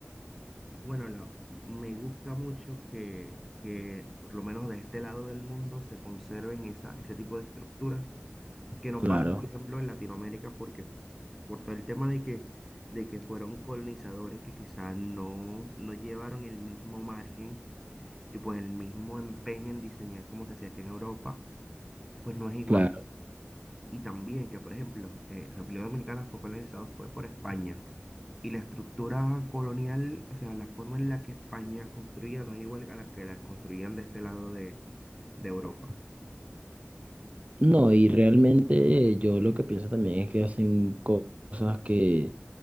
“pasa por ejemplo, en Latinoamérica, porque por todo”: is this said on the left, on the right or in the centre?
Centre